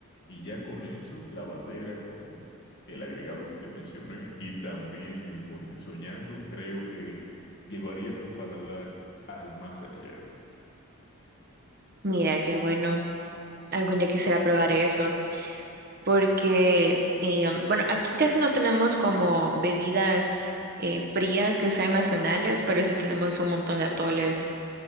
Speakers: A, on the left; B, on the right.
A: Y ya con eso, la bandera con el agregado que te mencioné y también el morir soñando, creo que llevaría tu paladar al más allá.
B: Mira, qué bueno. Algún día quisiera probar eso, porque, eh, bueno, aquí casi no tenemos como bebidas eh, frías que sean nacionales, pero sí tenemos un montón de atoles